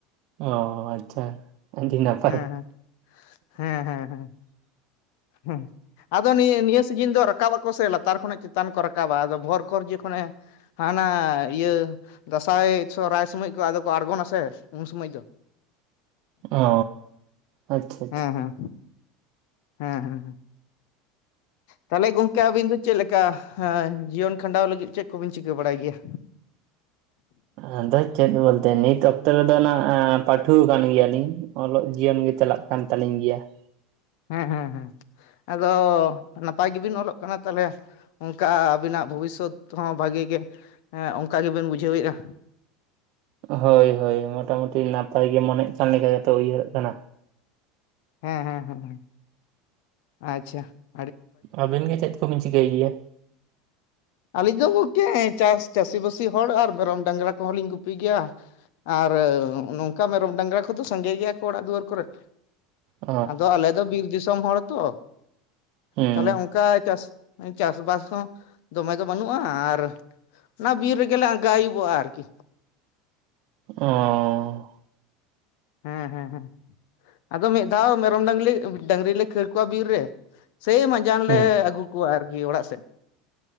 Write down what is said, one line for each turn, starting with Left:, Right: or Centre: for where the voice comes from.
Right: ᱚ ᱟᱪᱪᱷᱟ ᱟᱹᱰᱤ ᱱᱟᱯᱟᱭ
Left: ᱦᱮᱸ
Right: ᱾
Left: ᱦᱮᱸ ᱦᱮᱸ ᱦᱮᱸ ᱟᱫᱚ ᱱᱤᱭᱟᱹ ᱱᱤᱭᱟᱹ ᱥᱤᱡᱤᱱ ᱫᱚ ᱨᱟᱠᱟᱵ ᱟᱠᱚ ᱥᱮ ᱞᱟᱛᱟᱨ ᱠᱷᱚᱱᱟᱜ ᱪᱮᱛᱟᱱ ᱠᱚ ᱨᱟᱠᱟᱵᱟ᱾ ᱟᱫᱚ ᱵᱷᱳᱨ ᱠᱷᱚᱨ ᱡᱚᱠᱷᱚᱱᱮ ᱦᱟᱱᱟ ᱤᱭᱟᱹ ᱫᱟᱸᱥᱟᱭ ᱥᱨᱟᱭ ᱥᱚᱢᱚᱭ ᱠᱚ ᱟᱫᱚ ᱠᱚ ᱟᱬᱜᱚᱱᱟᱥᱮ ᱩᱱ ᱥᱚᱢᱚᱭ ᱫᱚ ᱾
Right: ᱚ ᱟᱪᱪᱷᱟ ᱟᱪᱪᱷᱟ
Left: ᱦᱮᱸ
Right: ᱾
Left: ᱦᱮᱸ ᱦᱮᱸ ᱦᱮᱸ ᱛᱟᱦᱚᱞᱮ ᱜᱚᱝᱠᱮ ᱟᱹᱵᱤᱱ ᱫᱚ ᱪᱮᱫ ᱞᱮᱠ? ᱪᱤᱠᱟ ᱦᱟᱸ ᱡᱤᱭᱚᱱ ᱠᱷᱟᱸᱰᱟᱣ ᱞᱟᱹᱜᱤᱫ ᱪᱮᱫ ᱠᱚᱵᱤᱱ ᱪᱤᱠᱟᱹ ᱵᱟᱲᱟᱭ ᱜᱮᱭᱟ?
Right: ᱟᱫᱚ ᱪᱮᱫ ᱵᱚᱞᱛᱮ ᱱᱤᱛ ᱚᱠᱛᱚ ᱨᱮᱫᱚ ᱱᱟᱜ ᱯᱟᱹᱴᱷᱩᱣ ᱠᱟᱱ ᱜᱮᱭᱟᱞᱤᱧ ᱚᱞᱚᱜ ᱡᱤᱭᱚᱱ ᱜᱮ ᱪᱟᱞᱟᱜ ᱠᱟᱱ ᱛᱟᱹᱞᱤᱧ ᱜᱮᱭᱟ ᱾
Left: ᱦᱮᱸ ᱦᱮᱸ ᱦᱮᱸ ᱟᱫᱚ ᱱᱟᱯᱟᱭ ᱜᱮᱵᱤᱱ ᱚᱞᱚᱜ ᱠᱟᱱᱟ ᱛᱟᱦᱚᱞᱮ ᱾ ᱚᱱᱠᱟ ᱟᱹᱵᱤᱱᱟᱜ ᱵᱷᱚᱵᱤᱥᱥᱚᱛ ᱦᱚᱸ ᱵᱷᱟᱜᱮ ᱜᱮ ᱚᱱᱠᱟ ᱜᱮᱵᱤᱱ ᱵᱩᱡᱷᱟᱹᱣᱮᱫᱼᱟ?
Right: ᱦᱳᱭ ᱦᱳᱭ ᱢᱚᱴᱟᱢᱩᱴᱤ ᱱᱟᱯᱟᱭ ᱜᱮ ᱢᱚᱱᱮᱜ ᱠᱟᱱ ᱞᱮᱠᱟ ᱜᱮᱛᱚ ᱩᱭᱦᱟᱹᱨᱟᱜ ᱠᱟᱱᱟ ᱾
Left: ᱦᱮᱸ ᱦᱮᱸ ᱦᱮᱸ ᱟᱪᱪᱷᱟ ᱾
Right: ᱟᱹᱵᱤᱱ ᱜᱮ ᱪᱮᱫ ᱠᱚᱵᱤᱱ ᱪᱤᱠᱟᱹᱭ ᱜᱮᱭᱟ ᱾
Left: ᱟᱹᱞᱤᱧ ᱫᱚ ᱜᱚᱢᱠᱮ ᱪᱟᱥ ᱪᱟᱹᱥᱤᱼᱵᱟᱹᱥᱤ ᱦᱚᱲ ᱟᱨ ᱢᱮᱨᱚᱢ ᱰᱟᱝᱨᱟ ᱠᱚᱦᱚᱸ ᱞᱤᱧ ᱜᱩᱯᱤ ᱜᱮᱭᱟ ᱾ ᱟᱨ ᱱᱚᱝᱠᱟ ᱢᱮᱨᱚᱢ ᱰᱟᱝᱨᱟ ᱠᱚᱫᱚ ᱥᱟᱸᱜᱮ ᱜᱮᱭᱟ ᱠᱚ ᱚᱲᱟᱜ ᱫᱩᱣᱟᱹᱨ ᱠᱚᱨᱮᱫ ᱾
Right: ᱚ
Left: ᱟᱫᱚ ᱟᱞᱮ ᱫᱚ ᱵᱤᱨ ᱫᱤᱥᱚᱢ ᱦᱚᱲ ᱛᱚ
Right: ᱦᱩᱸ
Left: ᱛᱟᱦᱞᱮ ᱚᱱᱠᱟ ᱪᱟᱥᱼᱼ ᱪᱟᱥ ᱵᱟᱥ ᱦᱚᱸᱼᱼ ᱫᱚᱢᱮ ᱫᱚ ᱵᱟᱹᱱᱩᱜᱼᱟ ᱟᱨ ᱚᱱᱟ ᱵᱤᱨ ᱨᱮᱜᱮᱞᱮ ᱟᱸᱜᱟ ᱟᱹᱩᱵᱚᱜᱼᱟ ᱟᱨᱠᱤ ᱾
Right: ᱚᱻ
Left: ᱦᱮᱸ ᱦᱮᱸ ᱦᱮᱸ ᱾ ᱟᱫᱚ ᱢᱤᱫ ᱫᱷᱟᱣ ᱢᱮᱨᱚᱢ ᱰᱟᱝᱨᱤ ᱰᱟᱝᱨᱤ ᱞᱮ ᱠᱷᱟᱹᱲ ᱠᱚᱣᱟ ᱵᱤᱨ ᱨᱮ ᱥᱮᱭ ᱢᱟ ᱢᱟᱡᱟᱱ
Right: ᱦᱩᱸ
Left: ᱞᱮ ᱟᱹᱜᱩ ᱠᱚᱣᱟ ᱟᱨᱠᱤ ᱚᱲᱟᱜ ᱥᱮᱫ ᱾